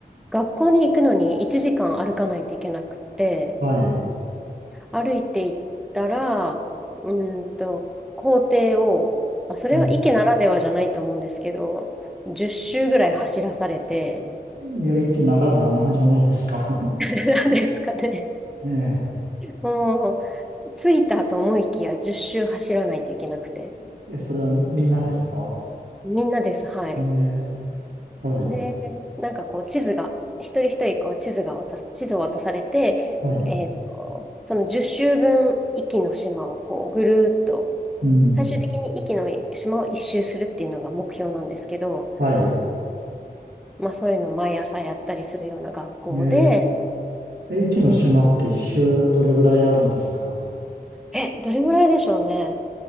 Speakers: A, in the centre; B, on the right (about 80°).
A: 学校に行くのに1時間歩かないといけなくって、
B: はい。
A: 歩いていったら、うーんと、校庭を、まあ、それは駅ならではじゃないと思うんですけど、
B: うん
A: 10周ぐらい走らされて、
B: いや、一ならではなんじゃないですか。
A: <laughs> なんですかね。
B: <laughs> え
A: もう、着いたと思いきや10周走らないといけなくて。
B: ええ、それはみんなですか
A: みんなです、はい。
B: ええはい、
A: で、なんかこう、地図が、一人一人こう、地図が渡す、地図を渡されて、
B: はい、
A: えーと、その10周分、壱岐の島をこう、ぐるーっと、
B: うん、
A: 最終的に壱岐の島を一周するっていうのが目標なんですけど、
B: はい。
A: まあそういうのを毎朝やったりするような学校で、
B: えええ、一の島って一周どれぐらいあるんですか
A: うん。え、どれぐらいでしょうね。